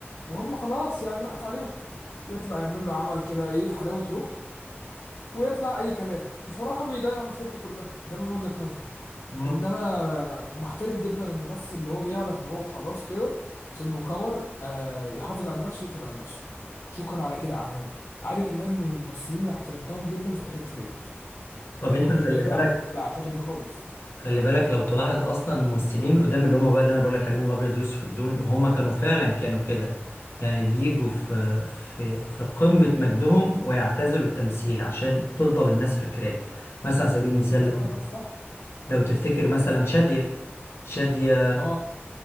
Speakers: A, on the left; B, on the left.
A: وهم خلاص يعني راحت عليهم يطلع يعمل له عمل كده ايه حلاوة روح ويطلع اي كلام بصراحة بيضيع مسيرته كلها ده من وجهة نظري
B: مم.
A: انما محترم جدا الممثل اللي هو بيعرف ان هو خلاص كده سنه كبر آه يحافظ على نفسه ويقفل على نفسه شكرا على كده اعمال عادل امام من الممثلين اللي احترمتهم جدا في الحته ديت
B: طب
A: يعني
B: انت
A: هو
B: خلي
A: مش بيطلع
B: بالك
A: بقى الفتره دي خالص
B: خلي بالك لو تلاحظ اصلا الممثلين قدام اللي هم بقى اللي انا بقول لك عليهم الابيض والاسود دول هم كانوا فعلا كانوا كده يعني بيجوا في في في قمة مجدهم ويعتزلوا التمثيل عشان تفضل الناس فاكراه مثلا على سبيل المثال
A: شوف بقى ده الصح
B: لو تفتكر مثلا شادية شادية
A: اه